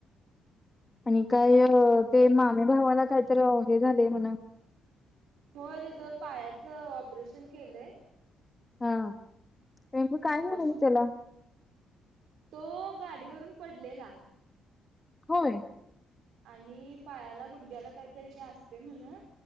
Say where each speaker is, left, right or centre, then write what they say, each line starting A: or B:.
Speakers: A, on the left; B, on the right.
A: आणि काय ते मामे भावाला कायत हे झालेय म्हणा
B: होय त्याच पायाच ऑपरेशन केलंय
A: हा रेक काय
B: तो
A: झालेल
B: हॉस्
A: त्याला
B: तो गाडीवरून पडलेला
A: होय
B: आणि पायाला गुडघ्याला काहीतरी ते असते ना ना